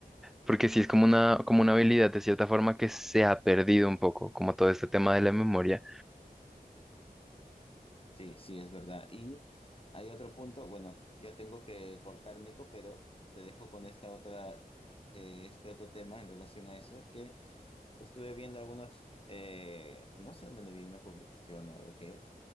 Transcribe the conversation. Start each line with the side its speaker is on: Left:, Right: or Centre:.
Centre: Porque sí es como una, como una habilidad de cierta forma que se ha perdido un poco, como todo este tema de la memoria.
Left: Sí, sí, es verdad. Y hay otro punto, bueno, yo tengo que cortar, Nico, pero te dejo con esta otra, eh, este otro tema en relación a eso. Es que Estuve viendo algunos, eh, no sé dónde le vi una publicación o algo que